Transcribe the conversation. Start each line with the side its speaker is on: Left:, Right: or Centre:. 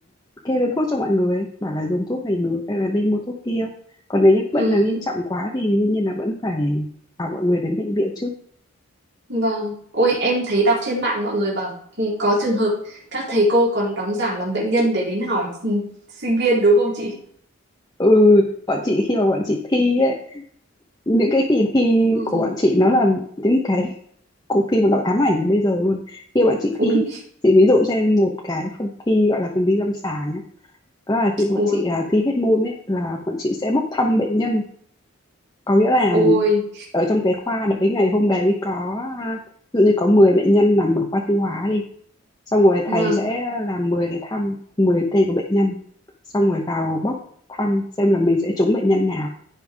Left: kêu lên thuốc cho mọi người bảo là dùng thuốc này được hay là nên mua thuốc kia còn nếu những
Right: Ừ.
Left: bệnh nào nghiêm trọng quá thì đương nhiên là vẫn phải bảo mọi người đến bệnh viện chứ
Right: Vâng, ôi em thấy đọc trên mạng mọi người bảo ừ, có trường hợp các thầy cô còn đóng giả làm bệnh nhân để đến hỏi ừ, sinh viên đúng không chị?
Left: ừ bọn chị khi mà bọn chị thi ấy những cái kỳ thi
Right: Ừ.
Left: của bọn chị nó là những cái <laughs> cuộc thi mà nó ám ảnh đến bây giờ luôn khi bọn chị
Right: Úi,
Left: thi nhá chị ví dụ cho em một cái phần thi gọi là phần thi lâm sàng nhá đó là khi bọn
Right: ôi,
Left: chị à, thi hết môn ấy là bọn chị sẽ bốc thăm bệnh nhân có nghĩa là
Right: ôi,
Left: ở trong cái khoa đấy ngày hôm đấy có à, ví dụ như có 10 bệnh nhân nằm ở khoa tiêu hóa đi xong rồi thầy
Right: vâng,
Left: sẽ làm mười cái thăm 10 tên của bệnh nhân xong rồi vào bóc thăm xem là mình sẽ trúng bệnh nhân nào